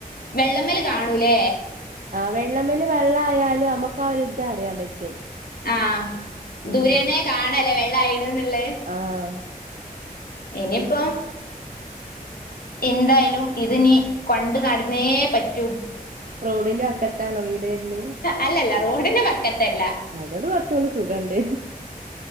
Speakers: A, on the left; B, on the right.
A: വെള്ളമേൽ കാണൂലേ
B: ആ വെള്ളമല് വെള്ളയാലും നമുക്കൊരുതറിയാൻ പറ്റും
A: ആഹ്‌
B: ഉം
A: ദൂരെനേ കാണലേ വെള്ളാ യിനോ ന്ന്ള്ളെ
B: ആഹ്‌
A: എനിപ്പം എന്തായാലും ഇതിനീ കൊണ്ടു നടന്നേ പറ്റൂ
B: റോഡിന്റെ വക്കത്താണോ വീട്ര്നേ
A: അല്ലല്ല റോഡിന്റെ വക്കത്തല്ല
B: അതോണ്ട് കൊറച്ചൂടെ സുഖണ്ട്